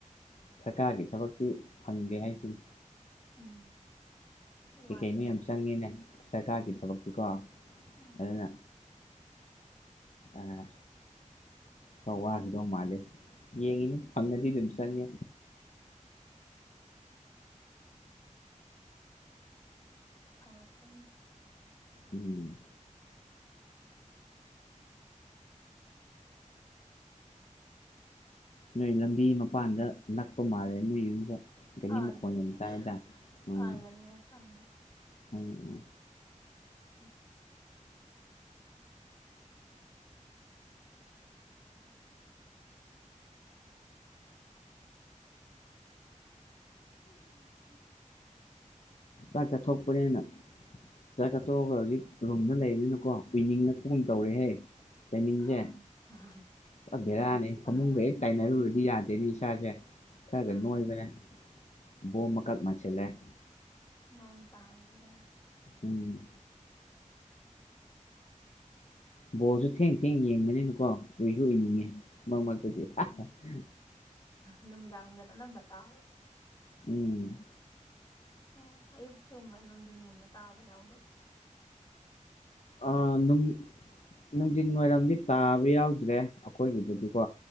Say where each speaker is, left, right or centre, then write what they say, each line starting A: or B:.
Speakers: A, on the left (about 60°); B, on the left (about 30°).
A: ꯁꯔꯀꯥꯔꯒꯤ ꯊꯕꯛꯇꯤ ꯐꯪꯗꯦ ꯍꯥꯏꯁꯤꯅꯤ
B: ꯎꯝ
A: ꯀꯩ
B: ꯋꯥꯏ
A: ꯀꯩꯅꯣ ꯌꯥꯝ ꯆꯪꯉꯦꯅꯦ ꯁꯔꯀꯥꯔꯒꯤ ꯊꯕꯛꯇꯤꯀꯣ
B: ꯎꯝ
A: ꯑꯗꯨꯅ ꯑꯥ ꯈ ꯋꯥꯈꯤꯗꯧ ꯃꯥꯜꯂꯦ ꯌꯦꯡꯉꯤꯅꯦ ꯐꯪꯉꯗꯤ ꯑꯗꯨꯝ ꯆꯪꯉꯦ
B: ꯐꯪꯉꯛꯀꯅꯤ
A: ꯎꯝ ꯅꯣꯏ ꯂꯝꯕꯤ ꯃꯄꯥꯟꯗ ꯅꯛꯄ ꯃꯥꯜꯂꯦ ꯅꯣꯏ ꯌꯨꯝꯖꯦ ꯒꯔꯤ
B: ꯑꯥ
A: ꯃꯈꯣꯟ
B: ꯅꯛꯑꯦ
A: ꯌꯥꯝ ꯇꯥꯏꯗ ꯎꯝ
B: ꯑꯥ ꯂꯝꯕꯤ ꯃꯄꯥꯟ
A: <unintelligible>
B: ꯅꯛꯑꯦ
A: ꯆꯥꯛ ꯆꯠꯊꯣꯛꯄꯅꯦꯅ ꯆꯥꯛ ꯆꯊꯣꯛꯑꯒ ꯍꯧꯖꯤꯛ ꯔꯨꯝꯗ ꯂꯩꯕꯅꯤꯅꯀꯣ ꯎꯏꯅꯤꯡꯂꯛꯄꯒꯨꯝ ꯇꯧꯔꯦꯍꯦ
B: <unintelligible>
A: ꯇꯥꯏꯃꯤꯡꯁꯦ ꯄꯨꯔꯥ ꯕꯦꯔꯥꯅꯦ
B: ꯅꯣꯡꯁꯤ ꯇꯥꯕꯁꯤꯒ
A: ꯐꯃꯨꯡꯒ ꯍꯦꯛ ꯇꯥꯏꯅꯔꯨꯔꯗꯤ ꯌꯥꯗꯦꯅꯦ ꯏꯁꯥꯖꯦ ꯈꯔ
B: ꯎꯝ
A: ꯒ ꯅꯣꯏꯕꯅꯦ ꯕꯣꯝ ꯃꯀꯛ ꯃꯥꯁꯤꯜꯂꯛꯑꯦ
B: ꯅꯣꯡ ꯇꯥꯕꯁꯤꯗ
A: ꯎꯝ ꯕꯣꯜꯁꯨ ꯊꯦꯡ ꯊꯦꯡ ꯌꯦꯡꯕꯅꯤꯅꯀꯣ ꯎꯏꯁꯨ ꯎꯏꯅꯤꯡ ꯉꯦ ꯃꯛ ꯃꯛ <unintelligible>
B: ꯎꯝ ꯅꯨꯡꯗꯥꯡꯗꯅ ꯑꯅꯝꯕ ꯇꯥ
A: ꯎꯝ
B: ꯎꯝ ꯑꯌꯨꯛꯇꯨꯝꯕ ꯅꯨꯡꯗꯤꯟꯒꯨꯝꯕ ꯇꯥꯕ ꯌꯥꯎꯗꯕ
A: ꯑꯥ ꯅꯨꯡ ꯅꯨꯡꯗꯤꯟ ꯋꯥꯏꯔꯝꯗꯤ ꯇꯥꯕ ꯌꯥꯎꯗ꯭ꯔꯦ ꯑꯩꯈꯣꯏꯒꯤꯗꯨꯗꯤꯀꯣ